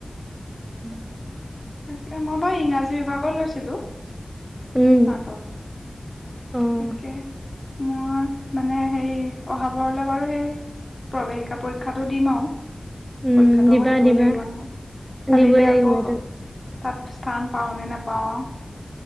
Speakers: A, on the right (about 15°); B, on the left (about 40°).
A: <inaudible>
B: তাকে মই বাৰু ইংৰাজী বিভাগত লৈছিলো স্নাতক।
A: উম, অ',
B: তাকে মই মানে সেই অহাবাৰলে বাৰু সেই প্ৰৱেশিকা পৰীক্ষাতটো দিম আৰু
A: উম,
B: পৰীক্ষাটো
A: দিবা
B: আকৌ দিবই
A: দিবা
B: লাগিব নহয় খালি
A: দিবই
B: এতিয়া
A: লাগিব
B: আকৌ
A: সেইটো
B: তাত স্থান পাওঁ নে নোপাওঁ